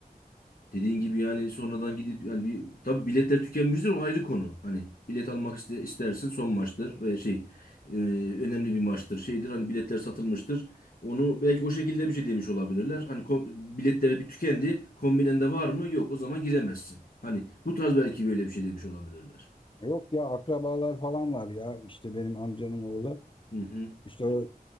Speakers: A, on the left (about 65°); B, on the left (about 35°).
A: Dediğin gibi yani sonradan gidip yani bir tabii biletler tükenmiştir o ayrı konu. Hani bilet almak iste, istersin son maçtır ve şey e, önemli bir maçtır şeydir hani biletler satılmıştır. Onu belki o şekilde bir şey demiş olabilirler. Hani kom- biletleri bir tükendi kombinende var mı yok o zaman giremezsin. Hani bu tarz belki böyle bir şey demiş olabilirler.
B: Yok ya akrabalar falan var ya işte benim amcamın oğlu.
A: Hı hı.
B: İşte o,